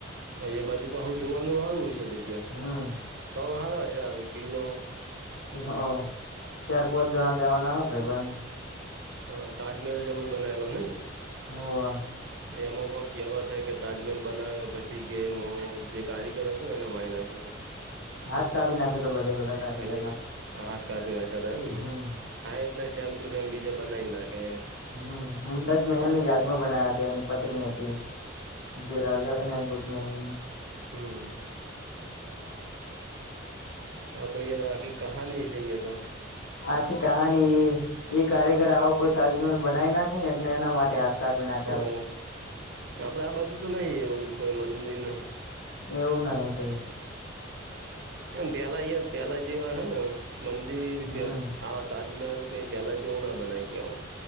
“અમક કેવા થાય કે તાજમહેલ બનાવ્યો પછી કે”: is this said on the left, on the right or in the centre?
Right